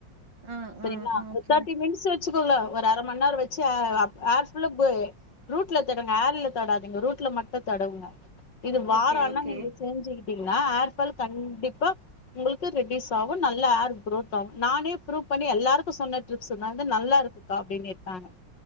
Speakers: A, on the right; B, on the left.
A: ஆ
B: சரிங்களா
A: ஆ ஆ ஓகே
B: தெர்டி மினிட்ஸ் க்கங்கள ஒரு அர ம நேரம் வெச்சு ஏர்ஃபுள்ளா ரூட் ரூட்ல தடங்க ஹேர்ல தடாதீங்க ரூட்ல மட்டும் தடவுங்க இது வாரம்
A: ஓகே
B: ஆனா
A: ஓகே
B: நீங்க செஞ்சுக்கிட்டீங்கன்னா ஹார்ஃபால் கண்டிப்ப இப்ப உங்களுக்கு ரெட்யூஸ் ஆகும் நல்லா ஹேர் குஅரோத் ஆகும் நானே ப்ரூவ் பண்ணி எல்லாருக்கும் சொன்ன ட்ரிப்ஸ் தாங்க நல்லா இருக்குக்கா அப்படின்னு இருக்காங்க